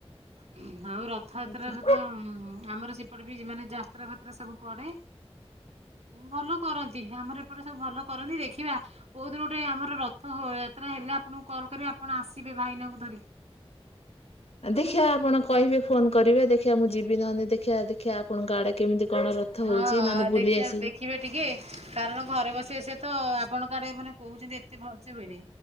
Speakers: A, on the right; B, on the left.
A: ହୁଁ ଆଉ ର ଥଯାତ୍ରାରେ
B: ଆଚ୍ଛା।
A: ତ ଆମର ସେପଟେ ବି ମାନେ ଯାତ୍ରା ଫାତ୍ରା ସବୁ ପଡେ। ଭଲ କରନ୍ତି ଆମର ଏପଟେ ସବୁ ଭଲ କରନ୍ତି ଦେଖିବା। କୋଉ ଦିନ ଗୋଟେ ଆମର ରଥ ଯାତ୍ରା ହେଲେ ଆପଣଙ୍କୁ କଲ୍ କରିବେ ଆପଣ ଆସିବେ ଭାଇନାଙ୍କୁ ଧରିକି।
B: ଦେଖିବା ଆପଣ କହିବେ ଫୋନ କରିବେ ଦେଖଆ ମୁଁ ଯିବି ନହେଲେ ଦେଖିଆ ଦେଖିଆ ଆପଣଙ୍କ ଆଡେ କେମିତି କଣ ରଥ
A: ହଁ
B: ହଉଚି ନହେଲେ
A: ଦେଖିଆ
B: ବୁଲି ଆସିବି
A: ଦେଖିବେ ଟିକେ କାରଣ ଘରେ ବସି ବସି କାତ ଆପଣଙ୍କ ଆଡେ ମାନେ କହୁଛନ୍ତି ଏତେ ଭଲ୍ ସେ ହୁଏନି।